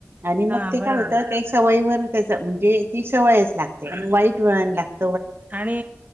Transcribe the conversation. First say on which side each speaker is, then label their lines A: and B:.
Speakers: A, on the right; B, on the right.
A: आणि मग
B: हा
A: ते
B: बरोबर.
A: काय होतं का सवयवर त्याच म्हणजे ती सवयच लागते आणि वाईट वेळान लागते.
B: आणि